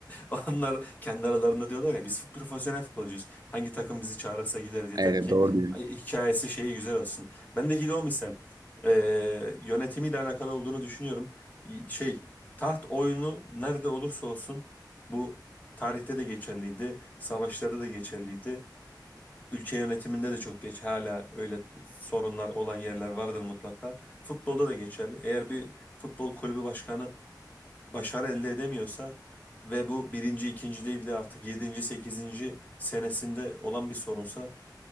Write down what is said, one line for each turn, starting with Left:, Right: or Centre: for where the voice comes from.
Left: <laughs> Onlar kendi aralarında diyorlar ya biz profesyonel futbolcuyuz. Hangi takım bizi çağırırsa gideriz yeter
Right: Evet
Left: ki
Right: doğru diyorsun.
Left: hikayesi şeyi güzel olsun. Bendeki de o misal. Ee, yönetimiyle alakalı olduğunu düşünüyorum. Şey taht oyunu nerede olursa olsun bu tarihte de geçerliydi. Savaşlarda da geçerliydi. Ülke yönetiminde de çok geç hala öyle sorunlar olan yerler vardır mutlaka. Futbolda da geçerli. Eğer bir futbol kulübü başkanı başarı elde edemiyorsa ve bu birinci, ikinci değil de artık yedinci, sekizinci senesinde olan bir sorunsa